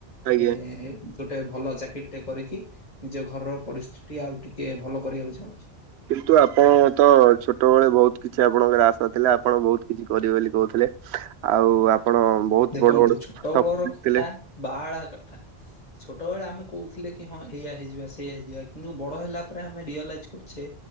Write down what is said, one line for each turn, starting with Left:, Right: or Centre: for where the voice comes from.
Right: ଆଜ୍ଞା
Left: ଏ ଗୋଟେ। ଭଲ ଜ୍ୟାକେଟ ଟେ କରିକି ନିଜ ଘରର ପରିସ୍ଥିତି ଆଉ ଟିକେ ଭଲ କରିବାକୁ ଚାହୁଁଛି।
Right: କିନ୍ତୁ ଆପଣ ତ ଛୋଟବେେଳେ ବହୁତ କିଛି ଆପଣଙ୍କର ଆଶା ଥିଲା ଆପଣ ବହୁତ କିଛି କରିବେ ବୋଲି କହୁଥିଲେ। ଆଉ ଆପଣ ବହୁତ
Left: ଦେଖନ୍ତୁ
Right: ବଡ଼ ବଡ଼ପ
Left: ଛୋଟବେଳର
Right: ଦେଖଥିଲେ।
Left: <unintelligible> ଛୋଟବେଳେ ଆମେ କହୁଥିଲେ କି ହଁ ଏଇଆ ହେଇଯିବା ସେଇଆ ହେଇଯିବା କିନ୍ତୁ ବଡ଼ ହେଲା ପରେ ଆମେ ରିଅଲାଇଜ୍ କରୁଛେ